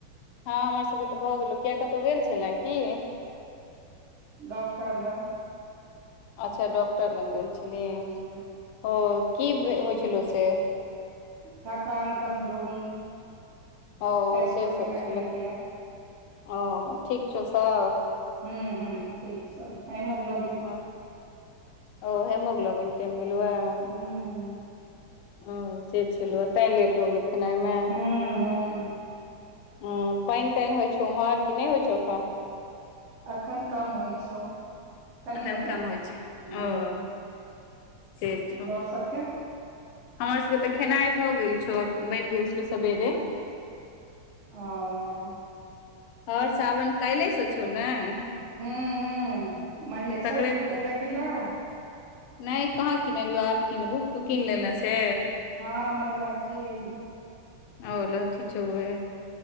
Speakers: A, on the left (about 80°); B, on the right (about 60°).
A: हँ हमर सबके त भऽ गेलौ, किया कतहु गेल छेलै की
B: डॉक्टर लंग
A: अच्छा डॉक्टर लंग गेल छलही,
B: हूं
A: ओ की बे होइ छलौ से
B: थकान, कमजोरी
A: ओं
B: टेस्ट
A: से
B: वगैरह
A: सब छेलौ,
B: केलकैये
A: ओं ठीक छौ सब
B: हम्म-हम्म ठीक छै, हेमोग्लो
A: ओह ओ हेमोग्लोबिन कैम गेलौए
B: हूं
A: ओ से छलहुए तेैं लेट भ गेलौ खेनाइ मे
B: हूं हूं
A: हूं पानि -तानि होइ छौ उम्हर, कि नै होइ छौ एखन।
B: अखन कम होइ छौ कनि
A: अखन
B: मनि
A: कम होइ छै,
B: हूं
A: ओ से छौ
B: तोहर सबके
A: हमर सबके तऽ खेनाइ भऽ गेल छौ, आ बनि गेल छलौ सेवेरे
B: हं
A: और सावन काल्हे सऽ छौ नय
B: हम्म-हम्म मंडे स,
A: सकराइत
B: चूड़ी बगैरह किनलैं
A: नहि कहाँ किनलियौ, आब कीनबौ तू कीन लेलै से
B: हँ हमर लहठी अइहे
A: ओ लहठी छौहे